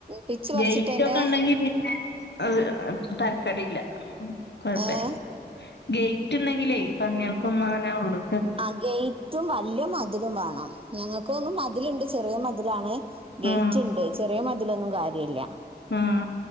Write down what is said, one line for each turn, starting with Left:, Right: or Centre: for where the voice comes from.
Right: പിച്ച് പറിച്ചിട്ട്
Left: ഗേറ്റ്
Right: അതിന്റെ
Left: ഒക്കെ ഉണ്ടെങ്കി പിന്നെ അത് തരക്കടില്ല കുഴപ്പല്ല
Right: ഏ
Left: ഗേറ്റ്ണ്ടെങ്കിലേ പന്നിയർക്ക് ഒന്നുങ്ങനെ ഉള്ളൂ
Right: ആഹ് ഗേറ്റും വലിയ മതിലും വേണം ഞങ്ങൾക്കൊന്നും മതിലുണ്ട് ചെറിയ മതിലാണ് ഗേറ്റ്
Left: ആഹ്
Right: ഉണ്ട് ചെറിയ മതിലൊന്നും കാര്യില്ല
Left: ആഹ്